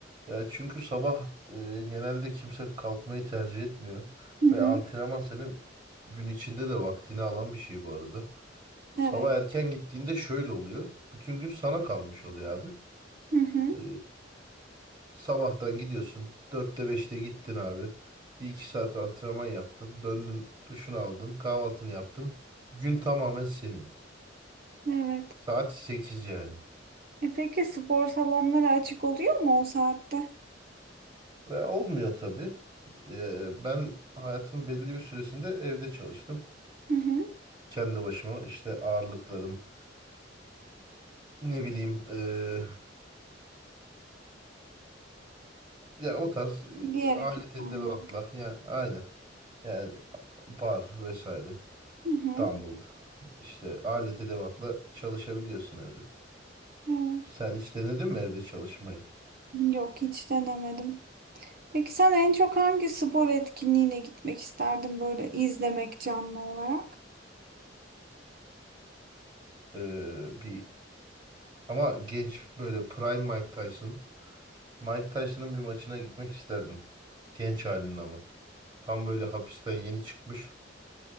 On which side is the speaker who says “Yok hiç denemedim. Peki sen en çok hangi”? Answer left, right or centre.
Right